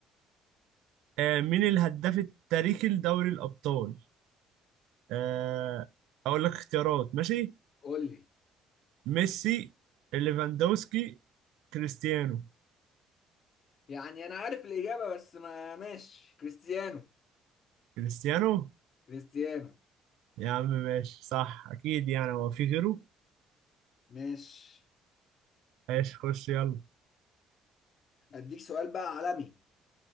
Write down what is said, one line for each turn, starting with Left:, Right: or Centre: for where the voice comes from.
Right: آه، مين الهداف التاريخي لدوري الأبطال؟ آه، اقول لك اختيارات ماشي
Left: قول لي
Right: ميسي ليفاندوسكي كريستيانو
Left: يعني انا عارف الاجابة بس ما ماشي كريستيانو
Right: كريستيانو
Left: كريستيانو
Right: يا عم ماشي صح اكيد يعني هو في غيره
Left: ماشي
Right: ماشي خش يلا
Left: اديك سؤال بقى عالمي